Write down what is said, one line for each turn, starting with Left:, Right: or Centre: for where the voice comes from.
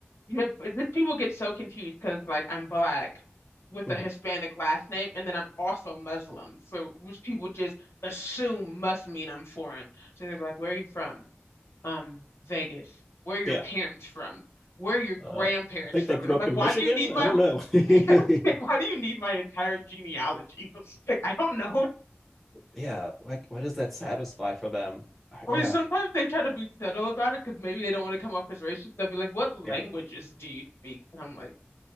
Left: Yeah, but this people get so confused because like I'm black with
Centre: hmm
Left: a Hispanic last name, and then I'm also Muslim, so which people just assume must mean I'm foreign. So they're like, "Where are you from?" Um, Vegas. Where are your
Centre: yeah.
Left: parents from? Where are your grandparents
Centre: Uh, I think
Left: from?
Centre: they grew
Left: And I'm
Centre: up
Left: like,
Centre: in
Left: "Why
Centre: Michigan.
Left: do you need my
Centre: I don't
Left: whole-
Centre: know.
Left: <laughs>
Centre: <laughs>
Left: Yeah, like, why do you need my entire genealogy?" <laughs> Like, I don't know.
Centre: yeah, like what does that satisfy for them? Uh,
Left: Or
Centre: Yeah,
Left: sometimes they try to be subtle about it because maybe they don't want to come off as racist. They'll be like, "What languages
Centre: yeah,
Left: do you speak?" And I'm like,